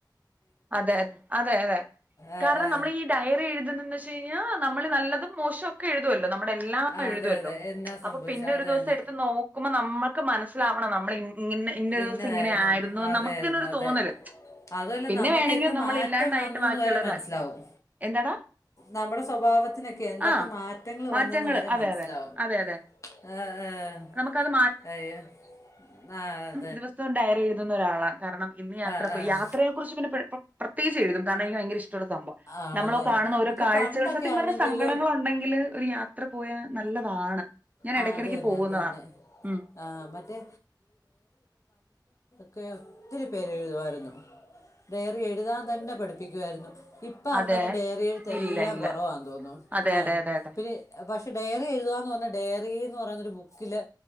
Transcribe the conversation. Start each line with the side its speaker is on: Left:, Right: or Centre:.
Right: അതെ അതെ അതെ
Left: ആ,
Right: കാരണം
Left: ആ.
Right: നമ്മൾ ഈ ഡയറി എഴുതുന്നത് <unintelligible> ആ നമ്മള് നല്ലതും മോശോം ഒക്കെ എഴുതുമല്ലോ നമ്മുടെ എല്ലാം
Left: ആ,
Right: എഴുതുവല്ലോ
Left: അതെ അതെ എന്നാ
Right: അപ്പൊ
Left: സംഭവിച്ചത്
Right: പിന്നെ
Left: അത്
Right: ഒരു ദിവസം
Left: തന്നെ
Right: എടുത്ത് നോക് കുമ്പോ നമ്മക്ക് മനസ്സിലാവണം നമ്മള് എൻ ഇങ്ങനെ ഇന്റെ ദിവസം
Left: ഇന്നതായിരുന്നു
Right: ഇങ്ങനെആയിരുന്നുന്ന്
Left: അതായിരുന്നു
Right: നമുക്കന്നെ ഒരു
Left: അതെ
Right: തോന്നല്
Left: അതുമല്ല
Right: പിന്നെ
Left: നമുക്ക്
Right: വേണമെങ്കിൽ
Left: എന്ത്
Right: നമ്മൾ
Left: മാറ്റം
Right: ഇല്ലാണ്ടായിട്ട്
Left: വന്നുന്ന്
Right: ബാക്കിയുള്ളവ
Left: വരെ മനസ്സിലാവും
Right: എന്താടാ
Left: നമ്മുടെ സ്വഭാവത്തിനൊക്കെ എന്തൊക്കെ
Right: ആ
Left: മാറ്റങ്ങൾ
Right: മാറ്റങ്ങള്
Left: വന്നെന്ന് വരെ മനസ്സിലാവുംഏ
Right: അതെ അതെ അതെ അതെ
Left: ഏ
Right: നമുക്കത്
Left: അയൊ ആ ഏഹ്
Right: ദിവസോം ഡയറി എഴു എന്ന ഒരാളാ കാരണം ഇന്ന് യാത്ര
Left: ആഹ്
Right: പോയി
Left: ആഹ്
Right: യാത്രയോ പ്പോ പ്രത്യേകിച്ച് എഴുതും കാരാണെനിക്ക് ഭയങ്കര ഇഷ്ട് <unintelligible> സംഭവം
Left: ആണല്ലേ
Right: നമ്മള് കാണുന്ന ഓരോ
Left: ഇപ്പൊ
Right: കാഴ്ചകൾ
Left: പണ്ടൊക്കെ
Right: സത്യം പറഞ്ഞ
Left: ആണെങ്കിലും
Right: സങ്കടങ്ങള് ഇണ്ടെങ്കില് ഒരു യാത്ര പോയ നല്ലതാണ് ഞാൻ
Left: ആ
Right: ഇടക്കിടക്ക്
Left: അത് തന്നെ
Right: പോവുന്നതാ
Left: അത് തന്നെ
Right: ഉം
Left: ആ മറ്റേ ക്കെ ഒത്തിരി പേര് എഴുതുവായിരുന്നു ഡയറി എഴുതാൻ തന്നെ പഠിപ്പിക്കുവായിരുന്നു ഇപ്പം
Right: അതെ
Left: അങ്ങനെ ഡെയറി എഴുത്ത്
Right: ഇല്ല
Left: എല്ലാം
Right: ഇല്ല.
Left: കുറവാന്ന് തോന്നുന്നു.
Right: അതെ
Left: ഏ
Right: അതെ അതെ അതെ.
Left: പിന്നെ പക്ഷെ ഡെയറി എഴുതാന്ന് പറഞ്ഞാൽ ഡെയറിന്ന് പറയുന്ന ബുക്കില്